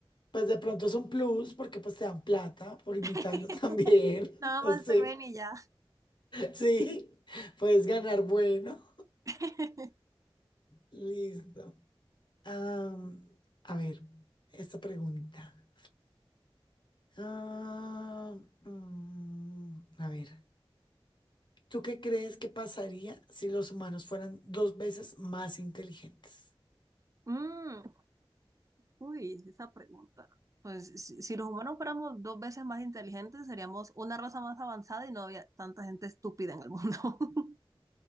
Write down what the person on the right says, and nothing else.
<laughs>
Nada
más
te ven y ya.
<laughs>
Mm. Uy, esa pregunta. Pues si, si los humanos fuéramos dos veces más inteligentes, seríamos una raza más avanzada y no había tanta gente estúpida en el mundo, <laughs>